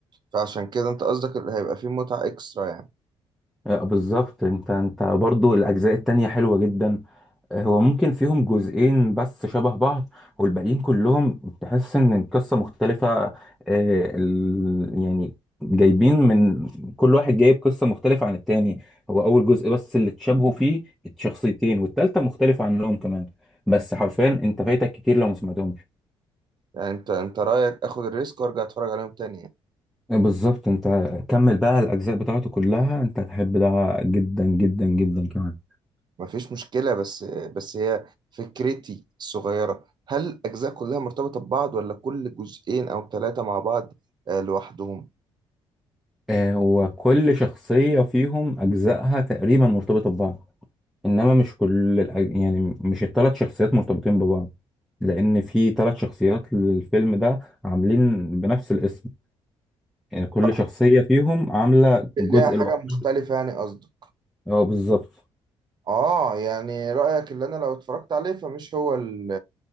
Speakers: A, on the right; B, in the centre.
A: فعشان كده انت قصدك اللي هيبقى فيه متعه اكسترا يعني
B: آه، بالظبط انت انت برضو الاجزاء التانية حلوة جدا آه، هو ممكن فيهم جزئين بس شبه بعض والباقيين كلهم تحس ان القصة مختلفة آه، ال- يعني جايبين من كل واحد جايب قصة مختلفة عن التاني هو اول جزء بس اللي اتشابهوا فيه الشخصيتين والتالتة مختلفة عنهم كمان بس حرفيا انت فايتك كتير لو ما سمعتهمش
A: يعني انت انت رايك اخد الريسك وارجع اتفرج عليهم تاني يعني.
B: آه، بالظبط انت كمل بقى الاجزاء بتاعته كلها انت هتحب ده جدا جدا جدا كمان
A: ما فيش مشكلة بس بس هي فكرتي الصغيرة هل الأجزاء كلها مرتبطة ببعض ولا كل جزئين أو ثلاثة مع بعض آه، لوحدهم؟
B: آه، هو كل شخصية فيهم أجزائها تقريبا مرتبطة ببعض إنما مش كل الأج... يعني مش الثلاث شخصيات مرتبطين ببعض لأن في ثلاث شخصيات للفيلم ده عاملين بنفس الاسم يعني كل
A: آه،
B: شخصية فيهم عاملة
A: ليها
B: جزء
A: حاجة
B: لوحده
A: مختلفة يعني قصدك
B: اه بالظبط
A: آه يعني رأيك اللي أنا لو اتفرجت عليه فمش هو ال